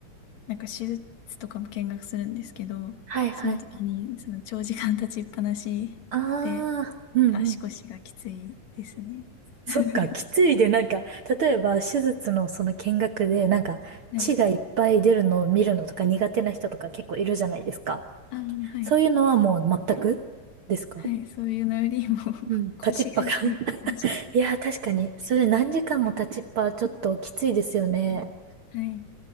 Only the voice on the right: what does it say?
はいはい。
ああ、うんうん。
そっか、きついで、なんか、例えば、手術のその見学で、なんか、
血がいっぱい出るのを見るのとか苦手な人とか結構いるじゃないですか。
そういうのはもう全くですか
うん。立ちっぱが
<laughs> いやー、確かに。それ何時間も立ちっぱはちょっときついですよね。